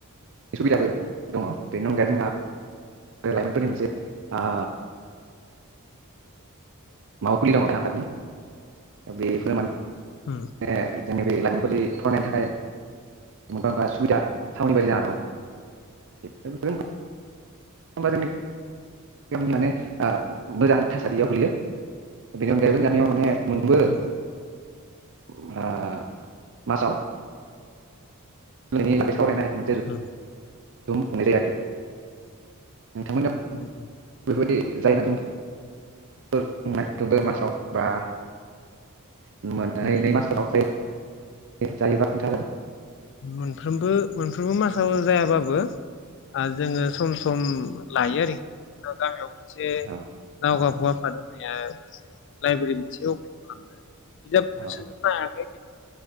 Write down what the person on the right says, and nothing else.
सुबिदाबो दङ बेनि अनगायै जोंना लाइमोनफोरनि मोनसे ओ मावखुलि दङ आफादनि बेफोर माने <unintelligible>
<unintelligible> फरायनायनि थाखाय मोनफा मोनफा सुबिदा थावनि बायदि जाना दं आरो बेनो होमबा जोंनि गामिनि माने मोजां थासारियाव गोग्लैयो बेनि अनगायैबो गामियाव माने मोनबो
<unintelligible> मासाव दिनैनि बे सावरायनाय मोनसे
जुम खुंनाय जायो आरोखि। नोंथांमोना
बेफोरबायदि जायना दं खुंनाय दब मासाव बा <unintelligible>
दे जायोबा खोन्थागोन।
औ
औ